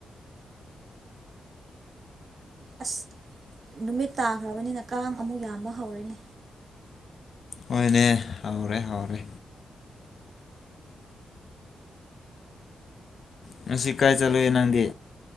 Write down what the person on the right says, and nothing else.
ꯑꯁ ꯅꯨꯃꯤꯠ ꯇꯥꯈ꯭ꯔꯕꯅꯤꯅ ꯀꯥꯡ ꯑꯃꯨꯛ ꯌꯥꯝꯕ ꯍꯧꯔꯦꯅꯦ